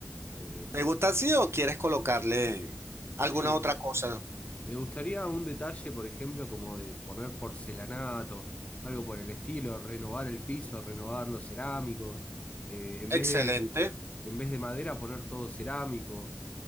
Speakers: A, on the left; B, on the right.
A: ok.
B: ¿Te gusta así o quieres colocarle
A: Sí,
B: alguna otra cosa?
A: me gustaría un detalle, por ejemplo, como de poner porcelanato, algo por el estilo, renovar el piso, renovar los cerámicos, eh, en
B: Excelente,
A: vez de, en vez de madera poner todo cerámico.